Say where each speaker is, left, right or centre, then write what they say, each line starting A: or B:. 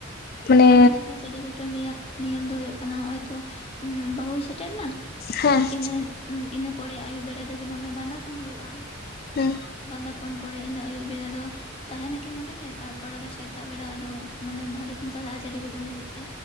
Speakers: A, on the left; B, on the left.
A: ᱢᱟᱱᱮ
B: ᱟᱞᱮ ᱥᱮᱱᱟᱜ ᱪᱟᱹᱰᱤ ᱠᱩᱴᱟᱹᱢ ᱨᱮᱭᱟᱜ ᱱᱤᱭᱚᱢ ᱫᱚ ᱦᱳᱭᱳᱜ ᱠᱟᱱᱟ ᱱᱚᱜ ᱚᱭ ᱛᱚ ᱩᱸ ᱵᱟᱹᱦᱩᱭ ᱥᱮᱴᱮᱨ ᱱᱟ,
A: ᱦᱮᱸ
B: ᱤᱱᱟᱹ ᱤᱱᱟᱹ ᱯᱚᱨᱮ ᱟᱭᱩᱵ ᱵᱮᱲᱟ ᱫᱚ ᱡᱮᱢᱚᱱ ᱵᱟᱸᱫᱟᱯᱚᱱ ᱦᱳᱭᱳᱜᱼᱟ,
A: ᱦᱮᱸ
B: ᱵᱟᱸᱫᱟ ᱯᱚᱱ ᱯᱚᱨᱮ ᱤᱱᱟᱹ ᱟᱹᱭᱩᱵ ᱵᱮᱲᱟ ᱫᱚ ᱛᱟᱦᱮᱸᱱᱟᱠᱤᱱ ᱱᱚᱰᱮ ᱜᱮ ᱛᱟᱨᱯᱚᱨ ᱟᱫᱚ ᱥᱮᱛᱟᱜ ᱵᱮᱲᱟ ᱟᱫᱚ ᱢᱟᱱᱮ ᱦᱟᱸᱰᱮ, ᱠᱤᱱ ᱪᱟᱞᱟᱜᱼᱟ ᱪᱟᱹᱰᱤ ᱠᱩᱴᱟᱹᱢ ᱞᱟᱹᱜᱤᱫ ᱛᱮ,